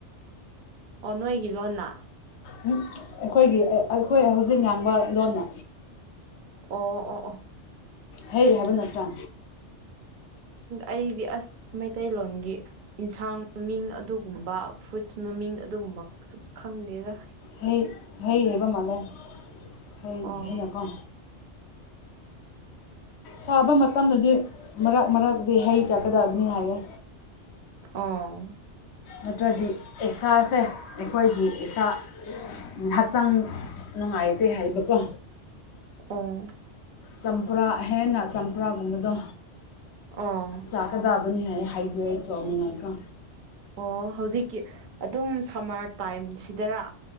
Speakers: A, on the right (about 50°); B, on the left (about 70°).
A: ꯑꯣ ꯅꯣꯏ ꯏꯂꯣꯅ
B: ꯏꯪ ꯑꯩꯈꯣꯏꯒꯤ ꯑꯩꯈꯣꯏ ꯍꯧꯖꯤꯛ ꯉꯥꯡꯕ ꯂꯣꯟꯅ
A: ꯑꯣ ꯑꯣ ꯑꯣ
B: ꯍꯩ ꯍꯥꯏꯕ ꯅꯥꯠꯇꯔꯥ
A: ꯑꯩꯗꯤ ꯑꯁ ꯃꯩꯇꯩꯂꯣꯟꯒꯤ ꯏꯟꯁꯥꯡ ꯃꯃꯤꯡ ꯑꯗꯨꯒꯨꯝꯕ ꯐ꯭ꯔꯨꯏꯠꯁ ꯃꯃꯤꯡ ꯑꯗꯨꯒꯨꯝꯕꯁꯨ ꯈꯪꯗꯦꯗ
B: ꯍꯩ ꯍꯩ ꯍꯩꯕ ꯃꯥꯜꯂꯦ ꯍꯩ
A: ꯑꯣ
B: ꯍꯩꯅꯀꯣ ꯁꯥꯕ ꯃꯇꯝꯗꯗꯤ ꯃꯔꯥꯛ ꯃꯔꯥꯛꯗꯤ ꯍꯩ ꯆꯥꯛꯀꯗꯕꯅꯤ ꯍꯥꯏꯔꯦ
A: ꯑꯣ
B: ꯅꯥꯠꯇꯔꯗꯤ ꯑꯦꯁꯥ ꯁꯦ ꯑꯩꯈꯣꯏꯒꯤ ꯏꯁꯥ ꯍꯛꯆꯥꯡ ꯅꯨꯡꯉꯥꯏꯇꯦ ꯍꯥꯏꯕꯀꯣ
A: ꯎꯝ
B: ꯆꯝꯄ꯭ꯔꯥ ꯍꯦꯟꯅ ꯆꯝꯄ꯭ꯔꯥꯒꯨꯝꯕꯗꯣ
A: ꯑꯣ
B: ꯆꯥꯀꯗꯕꯅꯤ ꯍꯥꯏ ꯍꯥꯏꯗ꯭ꯔꯦ ꯑꯣꯏ ꯅꯤ ꯉꯥꯏꯀꯣ
A: ꯑꯣ ꯍꯧꯖꯤꯛꯀꯤ ꯑꯗꯨꯝ ꯁꯝꯃꯔ ꯇꯥꯏꯝꯁꯤꯗꯔꯥ